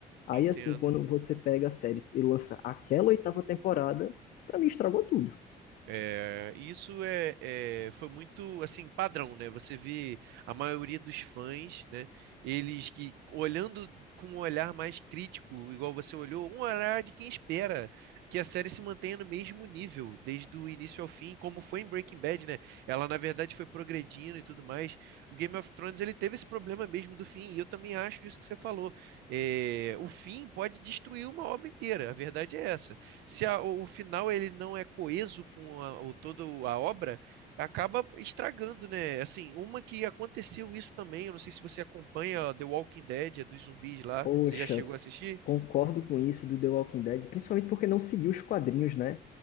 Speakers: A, on the left (about 55°); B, on the right (about 85°).
A: Aí
B: Entendo.
A: assim, quando você pega a série e lança aquela oitava temporada, pra mim estragou tudo.
B: É, isso é, é- foi muito assim padrão, né? Você vê a maioria dos fãs, né? Eles que olhando com um olhar mais crítico, igual você olhou, um olhar de quem espera que a série se mantenha no mesmo nível desde o início ao fim, como foi em Breaking Bad, né? Ela na verdade foi progredindo e tudo mais. O Game of Thrones ele teve esse problema mesmo do fim, e eu também acho isso que você falou. É, o fim pode destruir uma obra inteira. A verdade é essa. se a- o final ele não é coeso com a, o, toda a obra, acaba estragando, né? Assim, uma que aconteceu isso também, eu não sei se você acompanha The Walking Dead, é dos zumbis lá,
A: Poxa,
B: você já chegou a assistir?
A: Concordo com isso do The Walking Dead, principalmente porque não seguiu os quadrinhos, né?